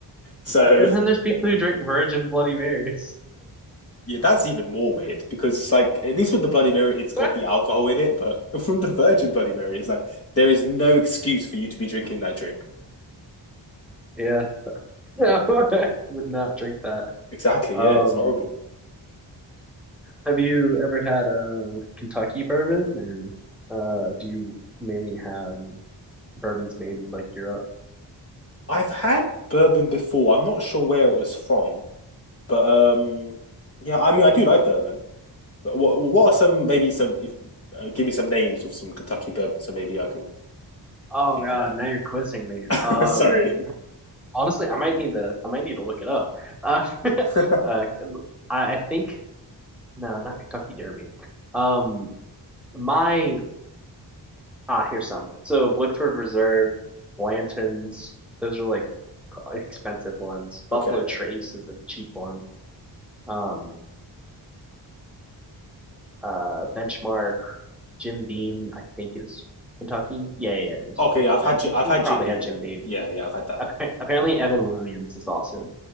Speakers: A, on the left (about 35°); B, in the centre.
A: So
B: I- And then there's people who drink virgin Bloody Marys.
A: yeah, that's even more weird because it's like at least with the Bloody Mary, it's got
B: <laughs>
A: the alcohol in it, but <laughs> from the Virgin Bloody Mary, it's like there is no excuse for you to be drinking that drink.
B: Yeah, no, <laughs> would not drink that.
A: Exactly,
B: Um,
A: yeah, it's horrible.
B: Have you ever had a Kentucky bourbon, or uh, do you mainly have bourbons made in like Europe?
A: I've had bourbon before. I'm not sure where it was from, but um yeah, I mean I do like bourbon. But what what are some maybe some if uh, give me some names of some Kentucky bourbon so maybe I can
B: Oh
A: think
B: God,
A: about
B: now you're quizzing me. Um,
A: it. <laughs> Sorry.
B: honestly, I might need to I might need to look it up. <laughs> Uh,
A: <laughs>
B: uh, I, I think no, not Kentucky Derby. Um, my ah, here's some. So Woodford Reserve, Blanton's, those are like expensive ones. Buffalo
A: Okay.
B: Trace is a cheap one. Um, uh, Benchmark. Jim Beam, I think, is Kentucky. Yeah, yeah, it is.
A: Okay,
B: If
A: I've
B: you,
A: had
B: you
A: Ji- I've
B: you
A: had
B: probably
A: Jim Beam
B: had Jim
A: then.
B: Beam.
A: Yeah, yeah, I've had that.
B: Appa- Apparently, Evan Williams is also